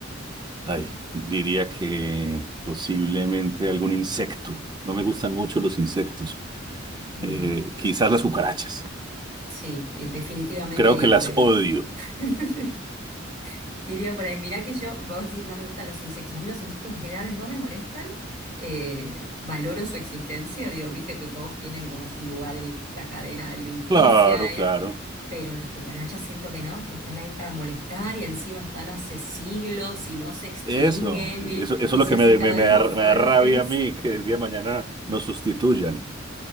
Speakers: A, on the right (about 20°); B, on the right (about 45°).
A: Ay, diría que posiblemente algún insecto. No me gustan mucho los insectos.
B: bien,
A: Eh, quizás las cucarachas.
B: sí, eh, definitivamente
A: Creo
B: iría
A: que las
B: por ahí.
A: odio.
B: <laughs> Iría por ahí. Mirá que yo, vos decís, no me gustan los insectos. A mí los insectos en general no me molestan. eh, valoro su existencia. Digo, viste que todos tienen como su lugar en la cadena alimenticia.
A: Claro,
B: eh,
A: claro.
B: Pero las cucarachas siento que no, que están ahí para molestar y encima están hace siglos y no se extinguen
A: Eso, eso,
B: eh,
A: eso es
B: y
A: lo
B: se
A: que
B: hacen
A: me,
B: cada
A: me, me
B: vez
A: da,
B: más fuertes.
A: me da rabia a mí, que el día de mañana nos sustituyan.